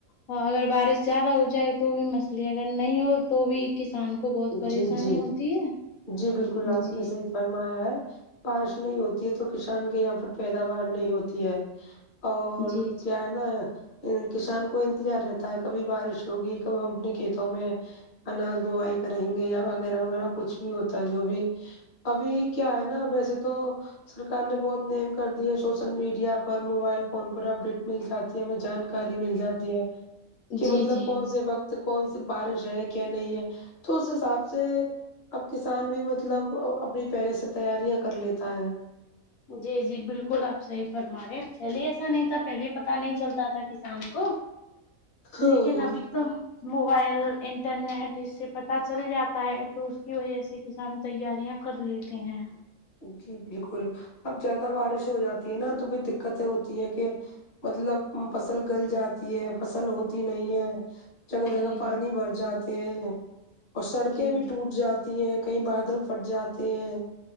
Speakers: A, on the left; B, on the left.
A: ہاں اگر بارش زیادہ ہو جائے تو بھی مسئلہ اگر نہیں ہو تو بھی کسان کو کو بہت پریشانی
B: جی جی
A: ہوتی ہے
B: جی بالکل
A: جی
B: آپ نے صحیح فرمایا ہے بارش نہیں ہوتی ہے تو کسان کے یہاں پر پیداوار نہیں ہوتی ہے اور
A: جی جی
B: کیا ہے نا کسان کو انتظار رہتا ہے کبھی بارش ہوگی کب ہم اپنے کھیتوں میں اناج بوائی کریں گے یا وغیرہ وغیرہ کچھ بھی ہوتا ہے جو بھی ابھی کیا ہے نا ویسے تو سرکار نے بہت نیم کر دیے ہیں سوشل میڈیا پر موبائل فون پر اپڈیٹ مل جاتا جی ہمیں جانکاری مل جاتی ہے
A: جی
B: کی
A: جی
B: مطلب کون سے وقت کون سی بارش ہے کیا نہیں ہے تو اس حساب سے اب کسان بھی مطلب اپنی پہیلے سے تیاریاں کر لیتا ہے
A: جی جی بالکل آپ صحی فرما رہے ہیں پہلے ایسا نہیں تھا پہلے پتہ نہیں چلتا تھا ک شان کو
B: ہاں
A: لیکن ابھی تو موبائل انٹرنیٹ اس سے پتا چل جاتا ہے تو اس کی وجہ سے ک ہم تیاریاں کر لیتے ہیں
B: جی بالکل اب زیادہ بارش ہو جاتی ہے نا تو پھر دقتیں ہوتی ہے کے مطلب فصل گل جاتی ہے فصل ہوتی نہیں ہے جگہ جگہ
A: جی
B: پانی
A: جی
B: بھر جاتے ہیں اور سڑکیں بھی
A: جی
B: ٹوٹ جاتی ہیں کہیں بادل فٹ جاتے ہیں